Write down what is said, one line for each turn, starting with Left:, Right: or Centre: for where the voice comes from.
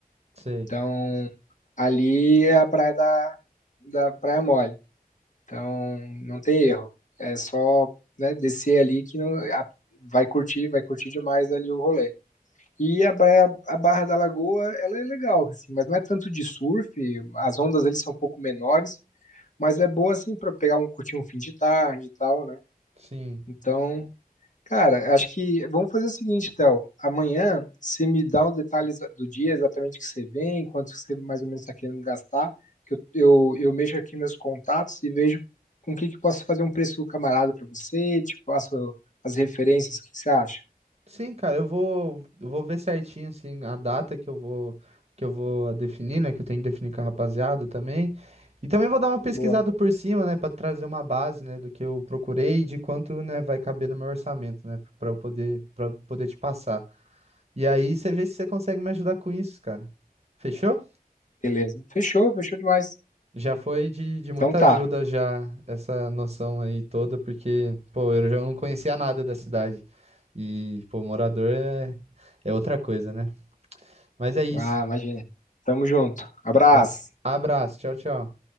Right: <laughs> sei,
Left: Então, ali é a praia da, da Praia Mole. Então, não tem erro. É só, né, descer ali que não, a- vai curtir, vai curtir demais ali o rolê. E a praia, a Barra da Lagoa, ela é legal, assim, mas não é tanto de surf, as ondas ali são um pouco menores, mas é boa, assim, para pegar um, curtir um fim de tarde e tal, né?
Right: sim.
Left: Então, Cara, acho que vamos fazer o seguinte, Théo. Amanhã você me dá os detalhes do dia, exatamente o que você vem, quanto que você mais ou menos está querendo gastar, que eu, eu, eu mexo aqui meus contatos e vejo com o que, que posso fazer um preço camarada para você, te passo as referências, o que, que você acha?
Right: Sim, cara, eu vou, eu vou ver certinho assim a data que eu vou que eu vou definir, né, que eu tenho que definir com a rapaziada também. E também vou dar uma pesquisada
Left: Boa,
Right: por cima, né, para trazer uma base, né, do que eu procurei e de quanto, né, vai caber no meu orçamento, né, para eu poder para poder te passar. E aí você vê se você consegue me ajudar com isso, cara. Fechou?
Left: beleza. Fechou, fechou demais.
Right: Já foi de, de muita
Left: Então tá.
Right: ajuda já essa noção aí toda, porque, pô, eu já não conhecia nada da cidade. E, pô, morador é é outra coisa, né? Mas é isso.
Left: Ah, imagina. Tamo junto. Abraço.
Right: Va- Abraço, tchau, tchau.